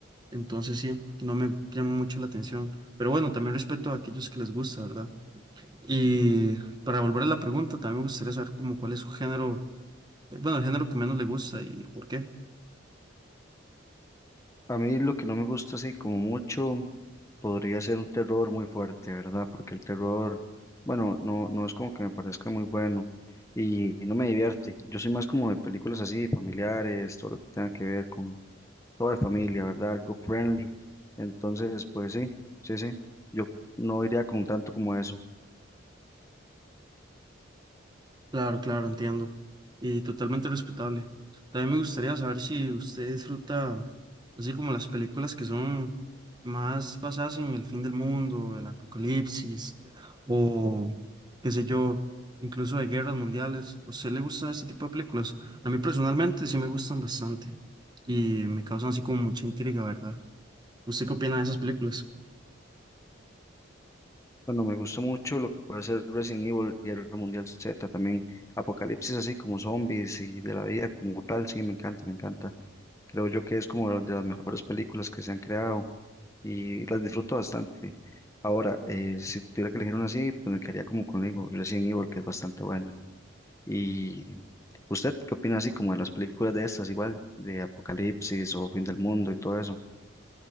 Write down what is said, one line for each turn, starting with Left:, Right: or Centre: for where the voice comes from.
Right: Entonces sí, no me llama mucho la atención. Pero bueno, también respeto a aquellos que les gusta, ¿verdad? Y para volver a la pregunta, también me gustaría saber como cuál es su género, eh, bueno, el género que menos le gusta y por qué.
Left: A mí lo que no me gusta así como mucho podría ser un terror muy fuerte, ¿verdad? Porque el terror, bueno, no, no es como que me parezca muy bueno y no me divierte. Yo soy más como de películas así, familiares, todo lo que tenga que ver con toda la familia, ¿verdad? Algo friendly. Entonces, pues sí, sí, sí. Yo no iría con tanto como eso.
Right: Claro, claro, entiendo. Y totalmente respetable. También me gustaría saber si usted disfruta, así como las películas que son más basadas en el fin del mundo, el apocalipsis, o qué sé yo, incluso de guerras mundiales. ¿A usted le gusta ese tipo de películas? A mí personalmente sí me gustan bastante y me causan así como mucha intriga, ¿verdad? ¿Usted qué opina de esas películas?
Left: Bueno, me gusta mucho lo que puede ser Resident Evil, Guerra Mundial Z, también Apocalipsis así como zombies y de la vida como tal, sí, me encanta, me encanta. Creo yo que es como de las mejores películas que se han creado y las disfruto bastante. Ahora, eh, si tuviera que elegir una así, pues me quedaría como conmigo, Resident Evil, que es bastante buena. ¿Y usted qué opina así como de las películas de estas, igual, de Apocalipsis o Fin del Mundo y todo eso?